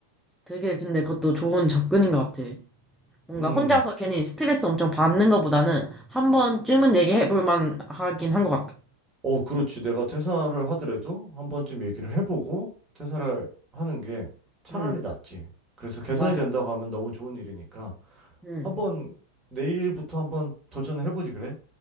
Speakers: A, in the centre; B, on the right.
A: 되게 근데 그것도 좋은 접근인 것 같아. 뭔가
B: 음,
A: 혼자서 괜히 스트레스 엄청 받는 것보다는 한 번쯤은 얘기해 볼 만하긴 한 것 같다.
B: 어, 그렇지. 내가 퇴사를 하더라도 한 번쯤 얘기를 해보고 퇴사를 하는 게 차라리
A: 응,
B: 낫지. 그래서 개선이
A: 맞아.
B: 된다고 하면 너무 좋은 일이니까
A: 응.
B: 한번 내일부터 한번 도전을 해보지 그래?